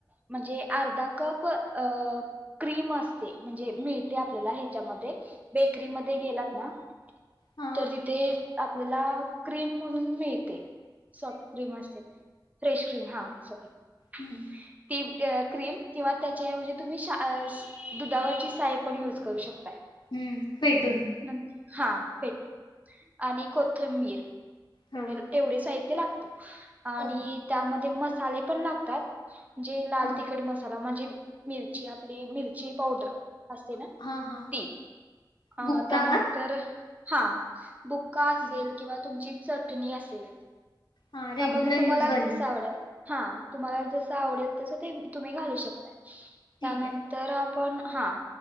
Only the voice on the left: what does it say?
हा
हम्म
हम्म पेटून.
हा
ओके
हा
हा हा
बुक्का
का
ठीक
हा
रेग्युलर
यूज वाली
ठीक
आहे